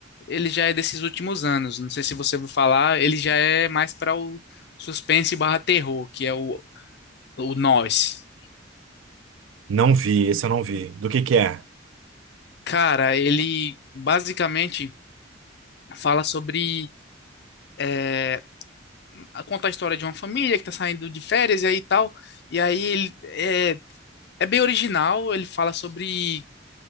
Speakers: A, on the left; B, on the right.
A: ele já é desses últimos anos. Não sei se você ouviu falar, ele já é mais para o suspense barra terror, que é o, o Nós.
B: Não vi, esse eu não vi. Do que que é?
A: Cara, ele basicamente fala sobre. é, conta a história de uma família que tá saindo de férias e aí tal. E aí ele é, é bem original, ele fala sobre